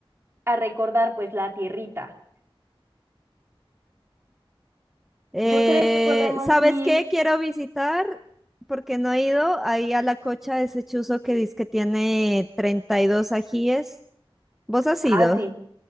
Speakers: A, on the right (about 25°); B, in the centre.
A: a recordar pues la tierrita.
B: Eh,
A: Yo creo que podemos
B: ¿sabes
A: ir.
B: qué? Quiero visitar, porque no he ido, ahí a la cocha de ese chuzo que dice que tiene 32 ajíes. ¿Vos has
A: Ah,
B: ido?
A: sí.